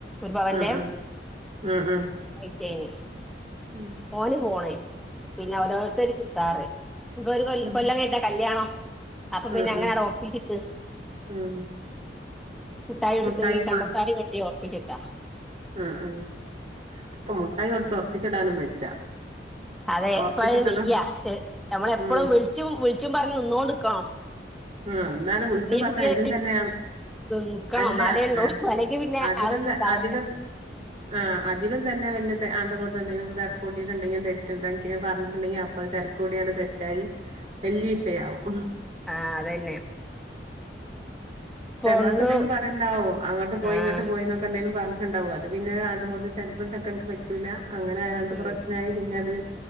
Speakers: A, in the centre; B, on the right (about 40°).
A: ഒരു പവന്റെ
B: ഉം ഉം ഉം ഉം ഉം
A: കൈചെയിൻ
B: ഉം
A: ഓന് ഫോണ് പിന്നെ ഓരോരുത്തര് ചുരിദാർ ഇപ്പര് കൊ
B: ഉം ഉം
A: കൊല്ലം കഴി ട്ടാ കല്യാണം അപ്പൊ
B: ഉം
A: പിന്നെ അങ്ങനെയാണ്ട് ഒറപ്പിച്ചിട്ട്.
B: ഉം
A: മുട്ടായി കെടുത്ത്
B: മുട്ടായിയും
A: ഈ കണ്ടത്താലി
B: വാണ്ടേ
A: കെട്ടി ഉറപ്പിച്ചിട്ടാ
B: ഉം ഉം ഇപ്പൊ മുട്ടായി കൊടുത്ത് ഉറപ്പിച്ചിടാനും വജ്ജ
A: അതെ
B: ഒർപ്പിച്ചിട്ടതും
A: ഇപ്പ അയിന് വെയ്യ പക്ഷെ നമ്മളെപ്പളും
B: ഉ
A: വിളിച്ചും വിളിച്ചും പറഞ്ഞ് നിന്നോണ്ട്ക്കണം
B: ആ എന്നാലും വിളിച്ചും
A: ഇന്നീ
B: പറഞ്ഞ
A: കുട്ടിയെ
B: അയലും തന്നെയാണ്
A: നിക്കണം
B: അല്ല
A: എന്നാലേ ഉള്ളൂ
B: ആ
A: അല്ലെങ്കി പിന്നെ
B: അതിലന്താ
A: അതൊന്നും ഉണ്ടാവൂല
B: അതില ആഹ് അതിലും തന്നെ വലിയ ആണ്ട് ങ്ങട്ടും എന്തെങ്കിലും തെരക്കൂട്ടയിട്ടുണ്ടെങ്കിൽ തെറ്റു താക്ക പറഞ്ഞിട്ടുണ്ടെങ്കിൽ അപ്പ അത് തെര കൂടിയാണ് തെറ്റായി
A: <inaudible>
B: വെല്ലീസയാവും
A: ആഹ അതന്നെ ഇപ്പൊ
B: തമാസ
A: ഒന്ന്
B: എന്തേിലും പറയണ്ടാവും അങ്ങോട്ട് പോയി
A: ആഹ്
B: ഇങ്ങട്ട് പോയി എന്നൊക്കെ എന്തെലും പറഞ്ഞിട്ടുണ്ടാവും അത് പിന്നെ ആണ്ടു ങ്ങോട്ടും ചെല്പ്പം ചെക്കനിക്ക് പറ്റൂല്ല അങ്ങനെ ആയാണ്ട്
A: ഉം
B: പ്രശ്നായി പിന്നെ അത്